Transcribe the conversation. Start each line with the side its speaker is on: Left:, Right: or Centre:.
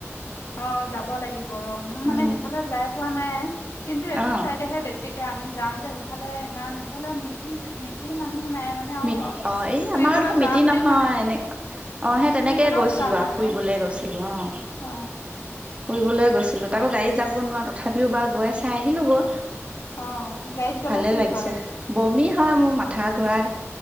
Left: অঁ যাব লাগিব ৰ মোৰ মানে
Right: উম
Left: সেইফালে যায় পোৱা নাই। কিন্তু এইটো
Right: অ
Left: চাইডেহে বেছি ছিকে আমি যাওঁ যে সেইফালে ইমান সেইফালে মিতি মিতি মানুহ নাই মানে আৰু
Right: মিত অ এই
Left: ফুৰিবলৈ
Right: আমাৰ ধৰ
Left: যোৱা
Right: মিতি
Left: বুলিও
Right: নহয়
Left: মানে
Right: এনে অ সেই তেনেকেই
Left: ফুৰিবলৈও
Right: গৈছিলো
Left: যোৱা হোৱা
Right: আও, ফুৰিবলে
Left: নাই
Right: গৈছিলো অঁ।
Left: অ
Right: ফুৰিবলে গৈছিলো তাকো গাড়ীত যাব নোৱাৰো তথাপিও বা গৈ চাই আহিলো গৈ।
Left: অঁ গাড়ীত গ'লে
Right: ভালে
Left: কি
Right: লাগিছে
Left: হয়?
Right: বমি হয় মোৰ মাথা ঘোৰাই।